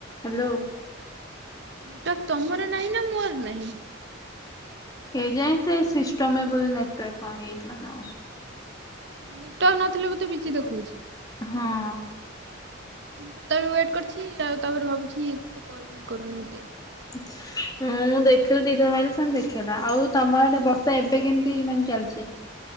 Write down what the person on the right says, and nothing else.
network ତମର ନାହିଁ ନା ମୋର ନାହିଁ।
ନେଟୱାର୍କ ନଥିଲେ ମୁ ତୁ ବିଜି ଦେଖଉଛି।
ମୁଁ ସେତେବେଳେ ୱେଟ୍ କରିଛି ଆଉ ତାପରେ ଭାବୁଛି କଲ୍ କାଁ କରୁନାହାନ୍ତି।